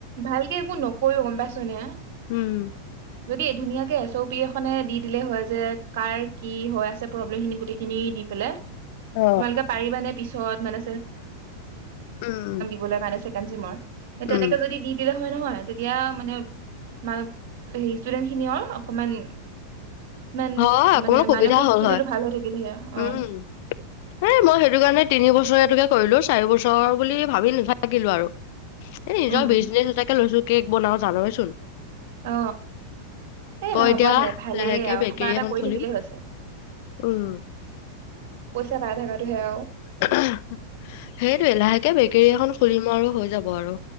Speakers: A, on the right; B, on the left.
A: ভালকে একো নকৈও গম পাইছ নে
B: উম
A: যদি ধুনীয়াকে এছ অ পি এখনে দি দিলে হয় যে কাৰ কি হৈ আছে প্ৰব্লেম খিনি গোটেইখিনি দি পেলাই
B: অ
A: তোমালোকে পাৰিবা নে পিছত মানে
B: উম
A: দিব কনজিুমাৰ তেনেকে
B: উম
A: যদি দি দিলে হয় নহয় তেতিয়া মানে ম হে ষ্টুডেন্ট খিনিও অকমান ইমান
B: হয় অকমান
A: মানে
B: সুবিধা
A: মানসিক
B: হল
A: স্থিতিটো
B: হয়
A: ভাল হৈ থাকিলেহে অ',
B: উম এ মই সেইটো কাৰণে তিনি বছৰেটোকে কৰিলো চাৰ বছৰ বুলি ভাবি নাথাকিলো আৰু এ নিজৰ
A: উম,
B: বিজনেছ এাকে লৈছো কেক বনাও জানচোন
A: অ এ হ'ব
B: এতিয়া
A: দে ভালেই
B: লাহেকে
A: আৰু
B: বেকেৰী
A: কিবা এটা
B: এখন
A: কৰি
B: খুলিম।
A: থাকিলেই হৈছে
B: উম,
A: পইচা পাই থকাটোহে
B: সেইটোে লাহেকে বেকেৰী এখন খুলিম আৰু হৈ যাব। বৰ